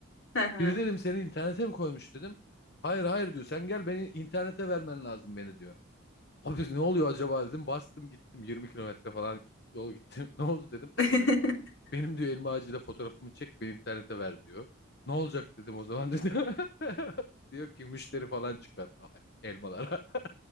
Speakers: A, on the left; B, on the left.
A: Hı hı.
B: Biri dedim seni internete mi koymuş dedim. Hayır hayır diyor. Sen gel beni internete vermen lazım beni diyor. Abi ne oluyor acaba dedim. Bastım gittim 20 kilometre falan yol gittim. <laughs> Ne oldu dedim.
A: <laughs>
B: Benim diyor elma ağacıyla fotoğrafımı çek beni internete ver diyor. Ne olacak dedim o zaman dedi. <laughs> Diyor ki müşteri falan çıkar a- elmalara. <laughs>